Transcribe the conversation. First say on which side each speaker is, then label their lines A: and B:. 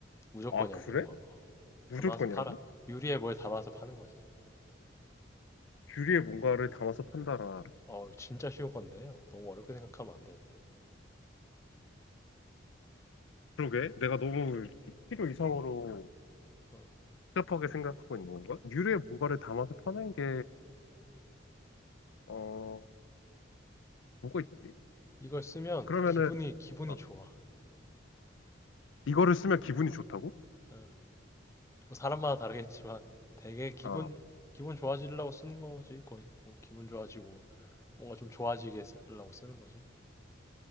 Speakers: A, on the left; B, on the left.
A: 무조건이야,
B: 때 아 그래
A: 무조건. 어.
B: 무조건이라고
A: 담아서 팔아. 유리에 뭘 담아서 파는 거지.
B: 유리에 뭔가를 담아서 판다라
A: 어, 진짜 쉬운 건데. 어, 너무 어렵게 생각하면 안 되는데.
B: 그러게 내가 너무 필요 이상으로
A: 음, 어.
B: 복잡하게 생각하고 있는 건가 유리에 뭔가를 담아서 파는 게 어 뭐가 있지
A: 이걸 쓰면
B: 그러면은
A: 기분이 기분이
B: 아,
A: 좋아.
B: 이거를 쓰면 기분이 좋다고
A: 어, 뭐 사람마다 다르겠지만 되게 기분
B: 어.
A: 기분 좋아지려고 쓰는 거지 거의. 뭐 기분 좋아지고 뭔가 좀 좋아지게 쓰려고 쓰는 거지.